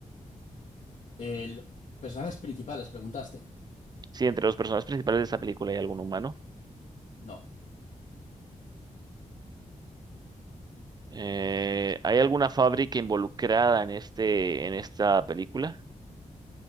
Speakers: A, on the left (about 65°); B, on the right (about 30°).
A: El, personajes principales, preguntaste.
B: Sí, entre los personajes principales de esta película hay algún humano.
A: No.
B: Eh, ¿hay alguna fábrica involucrada en este, en esta película?